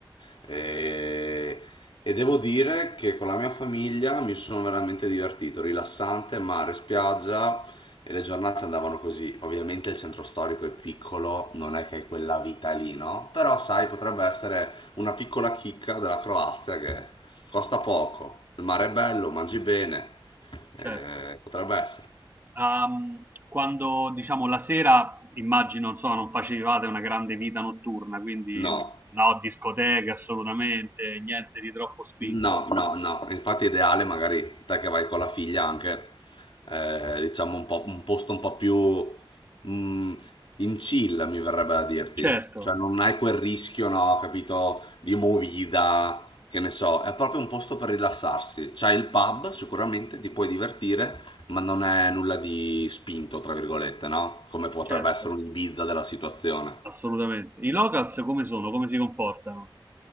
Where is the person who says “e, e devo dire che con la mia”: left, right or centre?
Left